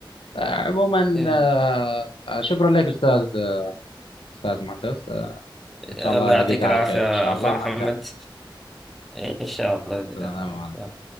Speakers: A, on the left (about 85°); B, in the centre.
A: آه، عموما
B: إيه.
A: آه، آه، شكرا لك استاذ استاذ معتز آه، ان شاء
B: الله
A: الله الاقيك
B: يعطيك
A: على
B: العافية
A: خير ان شاء الله
B: أخوي محمد إيه، إن شاء الله بإذن
A: انتهز
B: الله تعالى يلا.